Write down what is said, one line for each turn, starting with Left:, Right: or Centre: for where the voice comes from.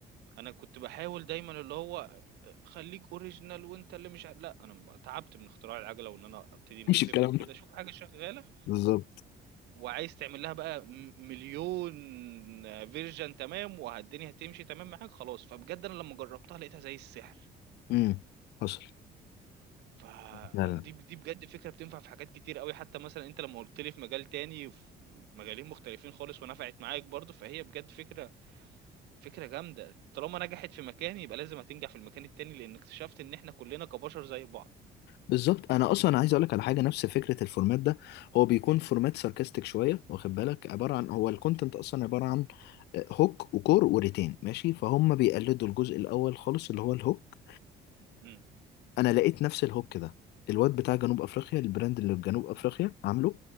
Right: أنا كنت باحاول دايمًا اللي هو خلّيك original وأنت اللي مش ع لأ، أنا ب تعبت من اختراع العَجَلة وإن أنا أبتدي من
Left: مش
Right: الصفر
Left: الكلام
Right: وكده،
Left: ده
Right: شوف حاجة شغّالة
Left: بالظبط
Right: وعايز تعمل لها بقى م- مليون فيرجن تمام والدنيا هتمشي تمام معاك خلاص فبجد انا لما جربتها لقيتها زي السحر
Left: امم حصل
Right: فدي
Left: لا لا
Right: دي بجد فكرة بتنفع في حاجات كتير قوي حتى مثلا انت لما قلت لي في مجال تاني في مجالين مختلفين خالص ونفعت معاك برضو فهي بجد فكرة فكرة جامدة طالما نجحت في مكان يبقى لازم هتنجح في المكان التاني لان اكتشفت ان احنا كلنا كبشر زي بعض
Left: بالظبط انا اصلا عايز اقول لك على حاجه نفس فكره الفورمات ده هو بيكون فورمات ساركاستيك شويه واخد بالك عباره عن هو الكونتنت اصلا عباره عن هوك وكور وريتين ماشي فهم بيقلدوا الجزء الاول خالص اللي هو الهوك
Right: امم
Left: انا لقيت نفس الهوك ده الواد بتاع جنوب افريقيا البراند اللي في جنوب افريقيا عامله